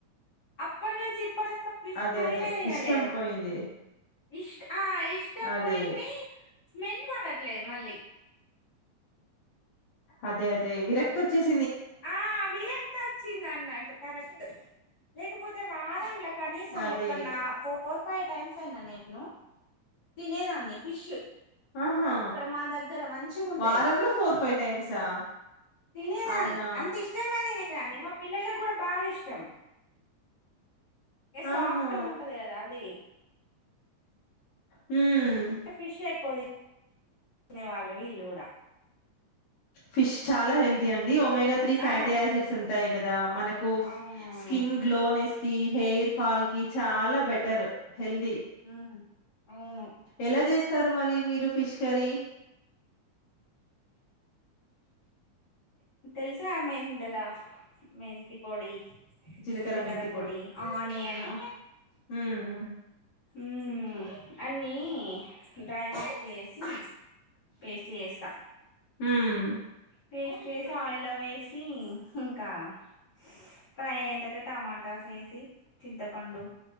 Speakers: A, on the left (about 45°); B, on the left (about 75°).
A: అప్పటి నుంచి ఇప్పటి ఫిష్
B: అదే
A: కర్రీనే
B: అదే
A: తినలేదు
B: ఇష్టం పోయింది
A: ఇష్ట ఆ ఇష్టం
B: అదే
A: పోయింది స్మెల్ పడట్లేదు మళ్ళీ
B: అదే అదే విరక్త వచ్చేసి
A: ఆ విరక్తి వచ్చింది అన్నట్టు కరెక్ట్ లేకపోతే వారంల కనీసం
B: అదే
A: ఒక్క నా ఫోర్ ఫైవ్ టైమ్స్ అయిందని నేను తినేదాన్ని ఫిష్
B: ఆహా
A: ఇక్కడ మా దగ్గర మంచిగా ఉంటాయి
B: వారంలో ఫోర్ ఫైవ్ టైమ్సా
A: తినేదాన్ని
B: అవునా
A: అంత ఇష్టంగా తినేదాన్ని మా పిల్లలకుడాప్ బాగా ఇష్టం ఏ సాఫ్ట్
B: ఆహా!
A: గా ఉంటది కదా అది
B: హ్మ్.
A: టే ఫిష్ ఎక్కువ తిన్ తినే వాళ్ళవి వీళ్ళు కూడా
B: ఫిష్ చాలా హెల్దీ అండి. ఒమెగా త్రీ ఫ్యాటీ
A: ఆ
B: యాసిడ్స్ ఉంటాయి కదా, మనకు
A: అవునవును
B: స్కిన్ గ్లోనేస్ కి హెయిర్ ఫాల్ కి చాలా బెటర్ హెల్దీ
A: ఉమ్ అవును
B: ఎలా చేస్ తారు మరి మీరు ఫిష్ కర్రీ
A: తెలుసా మెందల మెంతి పొడి.
B: జీలకర్ర
A: జిలకర్ర
B: మెంతి
A: పొడి, ఆనియను
B: హ్మ్.
A: హుమ్. అన్నీ హ్మ్ డ్రై రోస్ట్ చేసి పేస్ట్ చేస్తా
B: ఉమ్
A: పేస్ట్ చేసి ఆయిల్లో వేసి ఇంకా స్ ఫ్రై అయిన తవాత, టమాటాస్ వేసి చింతపండు